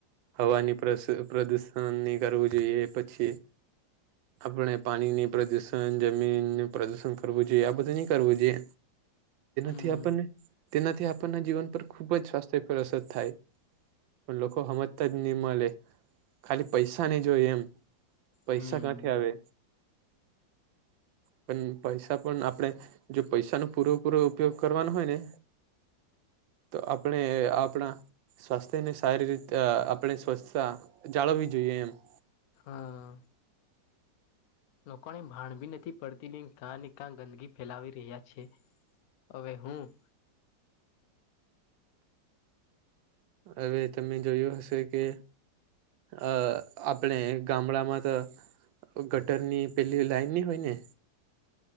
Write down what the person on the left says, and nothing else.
હમ
હમ
હા. લોકોને ભાણ બી નથી પડતી ને કાંને કાં ગંદકી ફેલાવી રહ્યા છે. અવે હું.